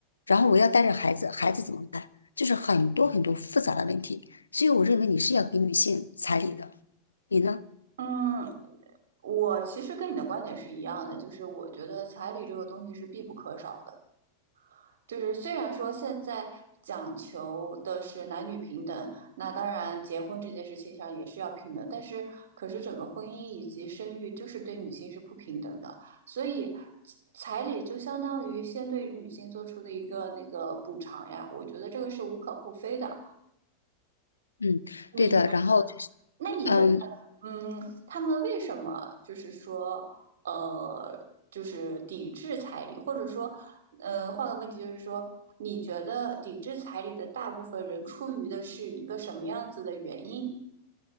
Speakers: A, on the left; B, on the right.
A: 然后我要带着孩子，孩子怎么办？就是很多很多复杂的问题，所以我认为你是要给女性彩礼的，你呢？
B: 嗯，我其实跟你的观点是一样的，就是我觉得彩礼这个东西是必不可少的。就是虽然说现在讲求的是男女平等，那当然结婚这件事情上也是要平等，但是可是整个婚姻以及生育就是对女性是不平等的，所以彩礼就相当于先对女性做出的一个那个补偿呀，我觉得这个是无可厚非的。
A: 嗯，
B: 你
A: 对的。然后就是
B: 那你觉
A: 嗯，
B: 嗯，他们为什么就是说，呃，就是抵制彩礼，或者说，呃，换个问题就是说，你觉得抵制彩礼的大部分人出于的是一个什么样子的原因？